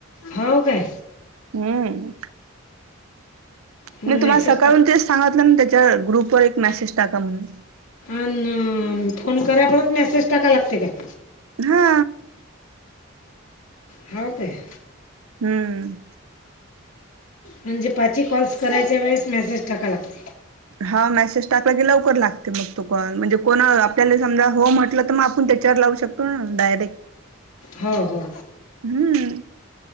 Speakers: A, on the left; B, on the right.
A: हो काय
B: हम्म.
A: मग
B: मी तुम्हाला
A: मेसेज
B: सकाळून
A: टाक
B: ते सांगतलं त्याच्या ग्रुप वर एक मेसेज टाका म्हणून?
A: अन फोन करा परत मेसेज टाका लागते का?
B: हा.
A: हाव काय?
B: हम्म.
A: म्हणजे पाची कॉल्स करायच्या वेळेस मेसेज टाकाय लाग
B: हा मेसेज टाकला की लवकर लागते मग तो कॉल, म्हणजे कोण आपल्याला समजा हो म्हटलं तर मग पण त्याच्यावर लावू शकतो ना डायरे
A: हो हो.
B: हम्म.